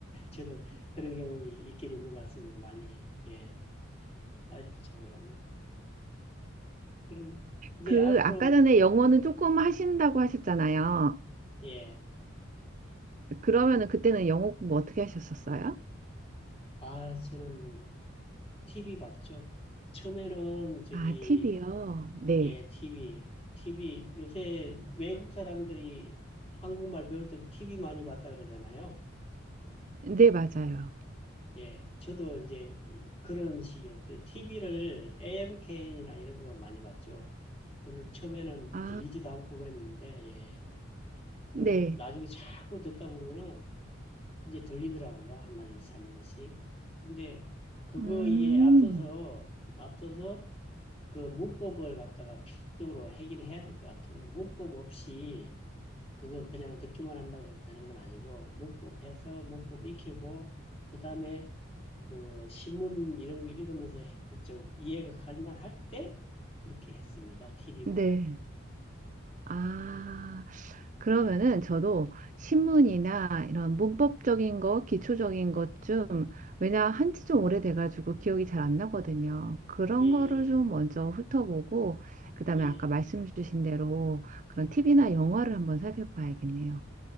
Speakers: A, on the left; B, on the right.
A: 저도 그런 경험이 있긴 있는 것 같습니다. 많이, 예. 아쉽죠, 그러면. 그럼, 이제
B: 그
A: 앞으로,
B: 아까 전에 영어는 조금 하신다고 하셨잖아요.
A: 예.
B: 그러면은 그때는 영어 공부 어떻게 하셨었어요?
A: 아, 저는 TV 봤죠? 처음에는 저기,
B: 아, 팁이요. 네.
A: 예, TV. TV, 요새 외국 사람들이 한국말 배울 때도 TV 많이 봤다 그러잖아요.
B: 네, 맞아요.
A: 예, 저도 이제 그런 식이었어요. TV를 AMKN이나 이런 거 많이 봤죠. 저는 처음에는
B: 아,
A: 들리지도 않고 그랬는데, 예. 근데
B: 네.
A: 나중에 자꾸 듣다 보면은 이제 들리더라고요. 한마디씩, 한마디씩. 근데 그거에
B: 음,
A: 앞서서, 앞서서 그 문법을 갖다가 필수적으로 하긴 해야 될 것 같아요. 문법 없이 그거 그냥 듣기만 한다고 했다는 건 아니고 문법해서 문법 익히고 그다음에 그 신문 이런 거 읽으면서 해- 좀 이해가 갈 만할 때 그렇게 했습니다. TV
B: 네.
A: 보고.
B: 아, 그러면은
A: 예,
B: 저도 신문이나 이런 문법적인 거, 기초적인 것 좀, 왜냐 한지 좀 오래돼가지고 기억이 잘 안 나거든요. 그런
A: 예, 예,
B: 거를 좀 먼저 훑어보고, 그다음에
A: 예. 예.
B: 아까 말씀 주신 대로 그런 팁이나 영화를 한번 살펴봐야겠네요.